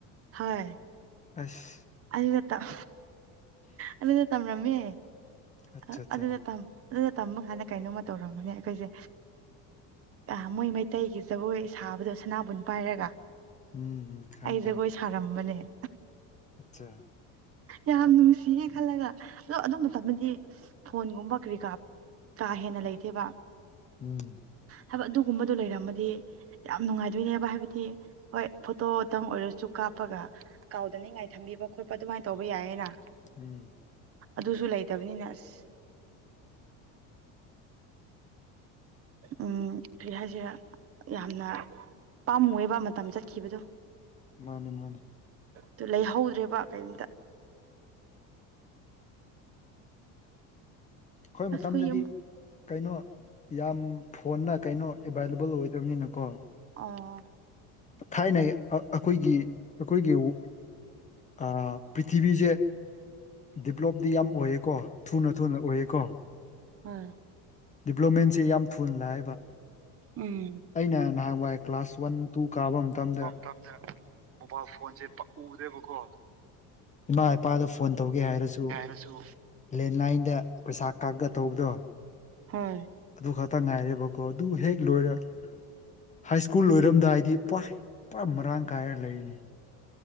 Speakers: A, on the right; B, on the left.
A: ꯍꯣꯏ
B: ꯑꯁ
A: ꯑꯗꯨꯗ ꯇꯝ ꯑꯗꯨꯗ ꯇꯝꯔꯝꯃꯦ
B: ꯑꯠꯆꯥ
A: ꯑ
B: ꯑꯠꯆꯥ
A: ꯑꯗꯨꯗ ꯇꯝ ꯑꯗꯨꯗ ꯇꯝꯕ ꯀꯥꯟꯗ ꯀꯩꯅꯣꯝꯃ ꯇꯧꯔꯝꯕꯅꯦ ꯑꯩꯈꯣꯏꯖꯦ ꯑ ꯃꯣꯏ ꯃꯩꯇꯩꯒꯤ ꯖꯒꯣꯏ ꯁꯥꯕꯗꯣ ꯁꯅꯥꯕꯨꯟ ꯄꯥꯏꯔꯒ
B: ꯎꯝ ꯈꯪ
A: ꯑꯩ
B: ꯈꯪ
A: ꯖꯒꯣꯏ ꯁꯥꯔꯝꯕꯅꯦ
B: ꯑꯠꯆꯥ
A: ꯌꯥꯝ ꯅꯨꯡꯁꯤꯌꯦ ꯈꯜꯂꯒ ꯑꯗꯣ ꯑꯗꯨ ꯃꯇꯝꯗꯗꯤ ꯐꯣꯟꯒꯨꯝꯕ ꯀꯔꯤ ꯀꯔꯥ ꯀꯥ ꯍꯦꯟꯅ ꯂꯩꯇꯦꯕ
B: ꯎꯝ
A: ꯍꯥꯏꯕ ꯑꯗꯨꯒꯨꯝꯕꯗꯨ ꯂꯩꯔꯝꯃꯗꯤ ꯌꯥꯝ ꯅꯨꯡꯉꯥꯏꯗꯨꯏꯅꯦꯕ ꯍꯥꯏꯕꯗꯤ ꯍꯣꯏ ꯐꯣꯇꯣꯗꯪ ꯑꯣꯏꯔꯁꯨ ꯀꯥꯞꯄꯒ ꯀꯥꯎꯗꯅꯤꯡꯉꯥꯏ ꯊꯝꯕꯤꯕ ꯈꯣꯠꯄ ꯑꯗꯨꯃꯥꯏꯅ ꯇꯧꯕ ꯌꯥꯏꯌꯦꯅ
B: ꯎꯝ
A: ꯑꯗꯨꯁꯨ ꯂꯩꯇꯕꯅꯤꯅ ꯑꯁ ꯎꯝ ꯀ꯭ꯔꯤ ꯍꯥꯏꯁꯤꯔꯥ ꯌꯥꯝꯅ ꯄꯥꯝꯃꯣꯏꯕ ꯃꯇꯝ ꯆꯠꯈꯤꯕꯗꯨ
B: ꯃꯥꯅꯦ ꯃꯥꯅꯦ
A: ꯇꯨ ꯂꯩꯍꯧꯗ꯭ꯔꯦꯕ ꯀꯩꯝꯇ
B: ꯈꯣꯏ ꯃꯇꯝꯗꯗꯤ
A: ꯑꯁ ꯍꯨꯏ ꯑꯃ
B: ꯀꯩꯅꯣ ꯌꯥꯝ ꯐꯣꯟꯗ ꯀꯩꯅꯣ ꯑꯦꯕꯥꯏꯂꯦꯕꯜ ꯑꯣꯏꯗꯕꯅꯤꯅꯀꯣ
A: ꯑꯣ
B: ꯊꯥꯏꯅꯩ ꯑ ꯑꯩꯈꯣꯏꯒꯤ ꯑꯩꯈꯣꯏꯒꯤ ꯋꯣ ꯑ ꯄ꯭ꯔꯤꯊꯤꯕꯤꯁꯦ ꯗꯤꯕ꯭ꯂꯣꯞꯇꯤ ꯌꯥꯝ ꯑꯣꯏꯌꯦꯀꯣ ꯊꯨꯅꯥ ꯊꯨꯅꯥ ꯑꯣꯏꯌꯦꯀꯣ
A: ꯍꯣꯏ
B: ꯗꯤꯕ꯭ꯂꯣꯃꯦꯟꯁꯤ ꯌꯥꯝ ꯊꯨꯅꯥ ꯂꯥꯛꯑꯦꯕ
A: ꯎꯝ
B: ꯑꯩꯅ ꯅꯍꯥꯟꯋꯥꯏ ꯀ꯭ꯂꯥꯁ ꯋꯥꯟ ꯇꯨ ꯀꯥꯕ ꯃꯇꯝꯗ
A: ꯇꯝꯗ ꯃꯣꯕꯥꯏꯜ ꯐꯣꯟꯖꯦ ꯄꯥꯛ ꯎꯗꯦꯕꯀꯣ
B: ꯏꯃꯥ ꯏꯄꯥꯗ ꯐꯣꯟ ꯇꯧꯒꯦ ꯍꯥꯏꯔꯁꯨ
A: ꯑꯁꯨ
B: ꯂꯦꯟꯂꯥꯏꯟꯗ ꯄꯩꯁꯥ ꯀꯥꯛꯒ ꯇꯧꯕꯗꯣ
A: ꯍꯣꯏ
B: ꯑꯗꯨ ꯈꯇꯥ ꯉꯥꯏꯔꯦꯕꯀꯣ ꯑꯗꯨ ꯍꯦꯛ ꯂꯣꯏꯔꯛ ꯍꯥꯏ ꯁ꯭ꯀꯨꯜ ꯂꯣꯏꯔꯝ ꯗꯥꯏꯗꯤ ꯄ꯭ꯋꯥꯏ ꯄꯨꯔꯥ ꯃꯔꯥꯡ ꯀꯥꯏꯔ ꯂꯩꯔꯤꯅꯤ